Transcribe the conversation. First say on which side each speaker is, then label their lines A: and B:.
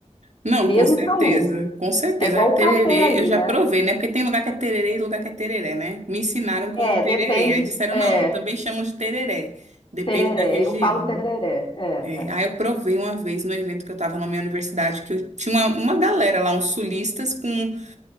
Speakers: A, on the right; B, on the left.
A: Não,
B: mesmo
A: com certeza,
B: calor.
A: com certeza.
B: É igual
A: Aí,
B: o café
A: Tererê,
B: aí,
A: eu já
B: né?
A: provei, né? Porque tem lugar que é tererê e lugar que é tereré, né? Me ensinaram como
B: É,
A: tererê.
B: depende.
A: Aí disseram,
B: É,
A: não, também chamam de tereré. Depende
B: tereré.
A: da região.
B: Eu falo tereré. É,
A: É, aí eu provei uma vez no evento que eu tava na minha universidade, que eu tinha uma, uma galera lá, uns sulistas com... um-